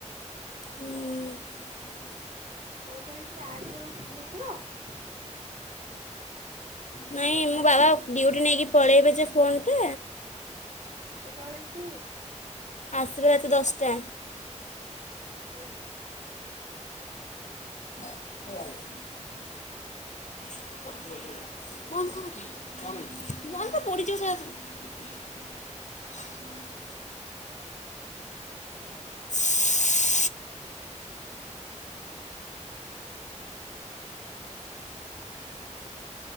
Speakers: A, on the left; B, on the right.
A: ଉଁ
B: ହଉ ତାହେଲେ ଚାର୍ଜରେ ବସେଇ ଦେଇଥିବ ହଉ
A: ନାଇଁ
B: ଚାର୍ଜ
A: ମୋ ବାବା ଡ୍ୟୁଟି ନେଇକି ପଳେଇବେ। <unintelligible> ଫୋନ ଟା।
B: କେତେବଳେ ଆସିବେ?
A: ଆସିବେ ରାତି ଦଶଟା।
B: ଓହୋ
A: <unintelligible> <unintelligible> ବନ୍ଦ କର ପୋଡି ଯିବ ସେ ଗୁଡା ସବୁ। <inaudible>